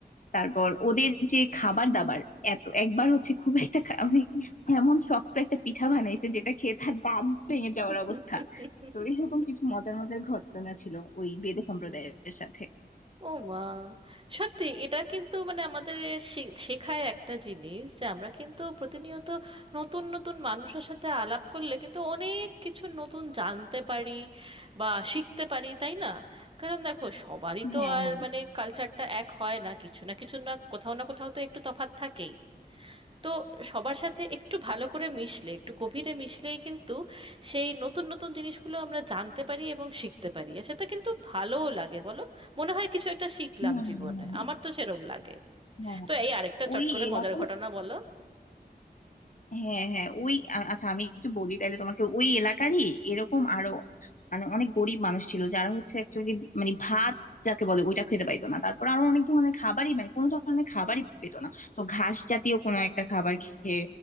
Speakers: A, on the left (about 50°); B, on the right (about 30°).
A: তারপর ওদের যে খাবার দাবার এত একবার হচ্ছে খুব একটা খা- মানে এমন শক্ত একটা পিঠা বানাইছে যেটা খেয়ে তার দাঁত ভেঙে যাওয়ার
B: <laughs>
A: অবস্থা তো এরকম কিছু মজার মজার ঘটনা ছিল ওই বেদে সম্প্রদায়ের সাথে
B: ও মা সত্যি এটা কিন্তু মানে আমাদের শে- শেখায় একটা জিনিস যে আমরা কিন্তু প্রতিনিয়ত নতুন নতুন মানুষের সাথে আলাপ করলে কিন্তু অনেক কিছু নতুন জানতে পারি বা শিখতে পারি তাই না কারণ দেখো সবারই তো
A: হ্যাঁ
B: আর
A: হ্যাঁ
B: মানে কালচারটা এক হয় না কিছু না কিছু না কোথাও না কোথাও তো একটু তফাৎ থাকেই তো সবার সাথে একটু ভালো করে মিশলে একটু গভীরে মিশলেই কিন্তু সেই নতুন নতুন জিনিসগুলো আমরা জানতে পারি এবং শিখতে পারি আর সেটা কিন্তু ভালোও লাগে বলো মনে হয় কিছু একটা শিখলাম
A: হম
B: জীবনে
A: হম হম,
B: আমার তো সেরম লাগে
A: হ্যাঁ
B: তো এই আরেকটা
A: ওই
B: চট করে
A: এলাকার
B: মজার ঘটনা বলো
A: হ্যাঁ হ্যাঁ ওই আ- আচ্ছা আমি একটু বলি তাহলে তোমাকে ওই এলাকারই এরকম আরো মানে অনেক গরিব মানুষ ছিল যারা হচ্ছে অ্যাকচুয়ালি মানে ভাত যাকে বলে ওইটা খেতে পাইতো না তারপর আরো অনেক ধরনের খাবারই মানে কোনো ধরনের খাবারই পেতো না তো ঘাস জাতীয় কোনো একটা খাবার খেয়ে